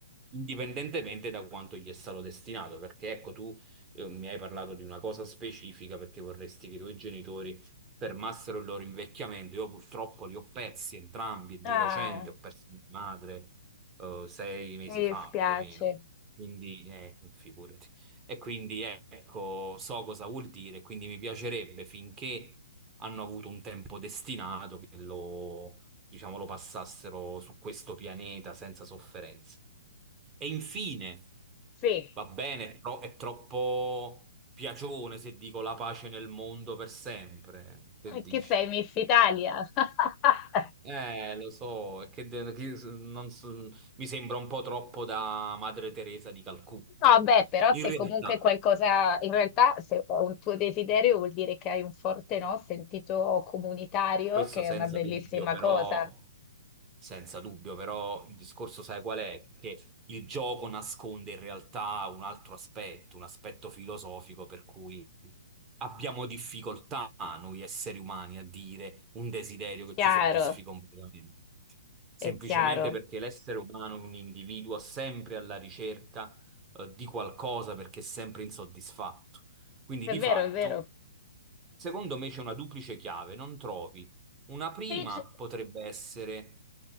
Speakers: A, on the right; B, on the left.
A: indipendentemente da quanto gli è stato destinato, perché ecco, tu, eh, mi hai parlato di una cosa specifica perché vorresti che i tuoi genitori fermassero il loro invecchiamento. Io purtroppo li ho persi entrambi, di
B: Ah,
A: recente ho perso mia madre eh, sei mesi
B: Mi
A: fa
B: dispiace.
A: più o meno. Quindi, eh, figurati. E quindi ecco, so cosa vuol dire, quindi mi piacerebbe finché hanno avuto un tempo destinato che lo, diciamo, lo passassero su questo pianeta senza sofferenze. E infine,
B: sì,
A: va bene, è, tro- è troppo piacione se dico la pace nel mondo per sempre. eh. Che dici?
B: che sei Miss Italia. <laughs>
A: Eh, lo so, è che, de- che s- non so- mi sembra un po' troppo da Madre Teresa di Calcutta.
B: No, beh, però
A: In
B: se
A: realtà,
B: comunque qualcosa, in realtà se è un tuo desiderio vuol dire che hai un forte, no, sentito comunitario,
A: Questo
B: che
A: senza
B: è una bellissima
A: dubbio, però,
B: cosa.
A: senza dubbio, però il discorso sai qual è? Che il gioco nasconde in realtà un altro aspetto, un aspetto filosofico per cui abbiamo difficoltà noi esseri umani a dire un desiderio che
B: Chiaro,
A: ci soddisfi completamente. Semplicemente
B: è chiaro.
A: perché l'essere umano è un individuo sempre alla ricerca, eh, di qualcosa perché è sempre insoddisfatto. Quindi
B: È
A: di
B: vero,
A: fatto...
B: è vero.
A: Secondo me c'è una duplice chiave, non trovi una prima
B: Sì, c-
A: potrebbe essere,